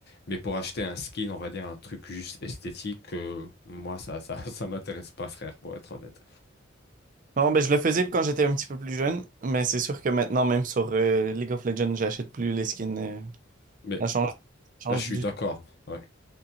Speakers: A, on the left; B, on the right.
A: Mais pour acheter un skin, on va dire un truc juste esthétique, euh, moi, ça, ça, <laughs> ça m'intéresse pas, frère, pour être honnête.
B: Non, ben je le faisais quand j'étais un petit peu plus jeune, mais c'est sûr que maintenant même sur euh, League of Legends, j'achète plus les skins. euh,
A: Mais
B: ça change, ça change
A: là, je suis
B: du
A: d'accord.
B: tout.
A: ouais.